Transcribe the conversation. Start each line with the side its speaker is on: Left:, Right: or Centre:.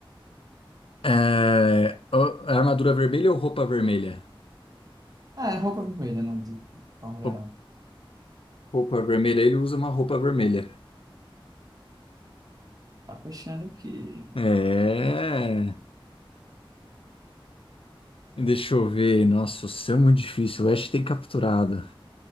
Left: É, o- a armadura vermelha ou roupa vermelha?
Right: Ah, é roupa vermelha, não, de forma geral.
Left: Roup- Roupa vermelha, ele usa uma roupa vermelha.
Right: Tá achando que.
Left: É. Deixa eu ver. Nossa, o céu é muito difícil. O Ash tem capturado.